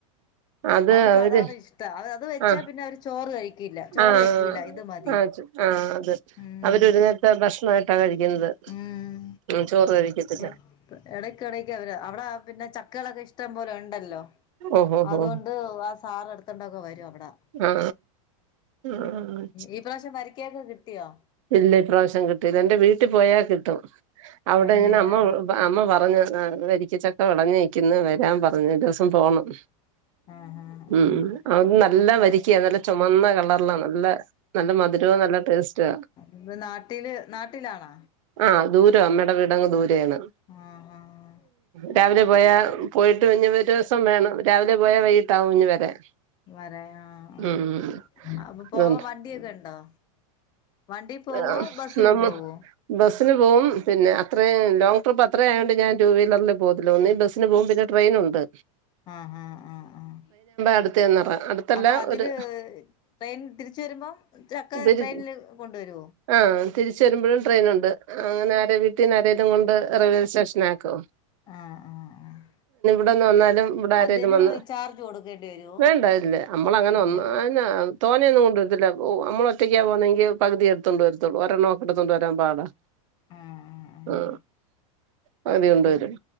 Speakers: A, on the right; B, on the left.
A: അത്
B: അവർക്ക്
A: അവര്
B: അതാണ് ഇഷ്ടം അത് അത് വെച്ചാ
A: അ
B: പിന്നെ അവര് ചോറ് കഴിക്കില്ല ചോറ്
A: ആ ആ
B: വെക്കൂല ഇത് മതി
A: ആ വെച്ചു ആ അത്
B: ഉം
A: അവര് ഒരു നേരത്തെ ഭക്ഷണേ <unintelligible> കഴിക്ക്ന്നത്
B: ഉം
A: ഉം ചോറ് കഴിക്കത്തില്ല
B: എപ്പ എടയ്ക്ക് എടയ്ക്ക് അവര് അവിടെ ആ പിന്നെ ചക്കകളൊക്കെ ഇഷ്ടം പോലെ ഉണ്ടല്ലോ
A: ഓഹോ
B: അത്
A: ഹോ
B: കൊണ്ട് ഉ ആ സാറ് എടുത്തണ്ടൊക്കെ വരും അവടെ
A: ആ ആ ആ
B: ഈ പ്രാവശ്യം വരിക്കയൊക്കെ കിട്ടിയോ
A: ഇല്ല ഇപ്രാവശ്യം കിട്ടീല്ല എന്റെ വീട്ടി പോയാ കിട്ടും അവിടെ
B: അന്നെ
A: ഇങ്ങനെ അമ്മ
B: ആഹ്
A: അമ്മ പറഞ്ഞതാണ് വരിക്കച്ചക്ക വെളഞ്ഞ് നിക്കുന്നു വരാം പറഞ്ഞ് ഒരു ദിവസം പോണം
B: ആഹ് ആഹ്
A: ഉം
B: ആഹ്
A: അത് നല്ല വരിക്കയാ അത് നല്ല ചൊമന്ന കളറ്ലാ നല്ല നല്ല മധുരവും നല്ല ടേസ്റ്റു വാ
B: ഇന്ന് നാട്ടില് നാട്ടിലാണാ
A: ആ ദൂരവാ അമ്മേടെ വീടങ്ങ് ദൂരേയാണ്
B: ആഹ് ആഹ്
A: രാവിലെ പോയാ പോയിട്ട് <unintelligible> ഒരൂസം വേണം രാവിലെ പോയാ വൈകീട്ടാവും പിന്നെ വരാൻ
B: വരാൻ ആഹ് ആ
A: ഉം
B: അ അപ്പൊ
A: അതുകൊണ്ട്
B: പോവാൻ വണ്ടിയൊക്കെ ഉണ്ടോ വണ്ടി പോവോ
A: ഏ ആഹ്
B: ബസിന്
A: നമ്മ
B: പോവോ
A: ബസ് ബസ്സിന് പോവും പിന്നെ അത്രേ ലോങ് ട്രിപ്പ് അത്രേയായോണ്ട് ഞാൻ ടു വീലറിൽ പോവത്തില്ല ഒന്നേൽ ബസ്സിന് പോവും പിന്നെ ട്രെയിനും ഉണ്ട്
B: ആഹ് ആഹ് ആഹ് ആഹ്
A: അടുത്തന്നറ അടുത്തല്ല
B: അപ്പൊ അതില്
A: ഒരു
B: ട്രെയിൻ തിരിച്ച് വരുമ്പോം ചക്ക
A: തിരി
B: ട്രെയിനില് കൊണ്ടുവരും
A: ആഹ് തിരിച്ച് വരുമ്പഴും ട്രെയിനുണ്ട് അങ്ങനെ ആരെ വീട്ടീന്ന് ആരേലും കൊണ്ട് റെയിൽവേ സ്റ്റേഷനി ആക്കും
B: ആഹ് ആഹ് ആഹ്
A: ഇവിടെന്ന് വന്നാലും ഇവിടെ ആരേലും
B: അതിന്
A: വന്ന്
B: ചാർജ് കൊടുക്കേണ്ടി വരുവോ
A: വേണ്ട ഇല്ലേ അമ്മളങ്ങനെ <unintelligible>
B: ഇല്ല
A: തോനെയൊന്നും കൊണ്ട് വരത്തില്ല അപ്പോ അമ്മളൊറ്റക്കാ പോന്നെങ്കിൽ പകുതി ഇടത്തോണ്ട് വരത്തൊള്ളൂ ഒരെണൊക്കെടുത്തോണ്ട് വരാൻ പാടാ
B: ആഹ് ആഹ്
A: ആ പക്‌തി കൊണ്ട്
B: ആഹ്
A: വരും